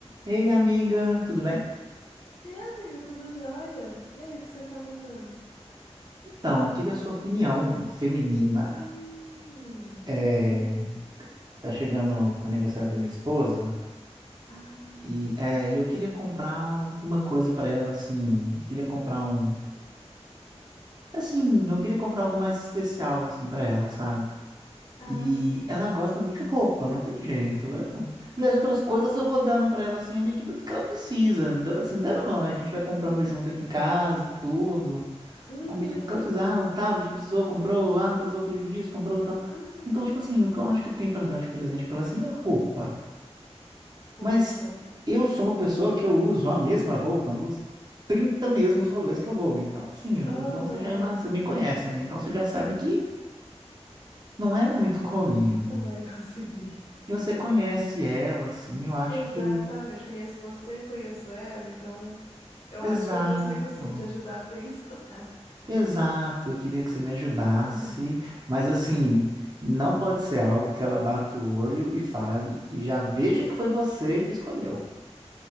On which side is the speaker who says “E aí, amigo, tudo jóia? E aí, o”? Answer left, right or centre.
Left